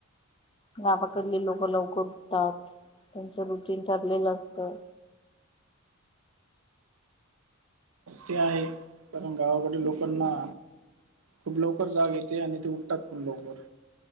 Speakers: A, on the left (about 25°); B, on the right (about 80°).
A: गावाकडली लोकं लवकर उठतात त्यांचं रुटीन ठरलेलं असतं.
B: ते आहे कारण गावाकडे लोकांना खूप लवकर जाग येते आणि ते उठतात पण लवकर.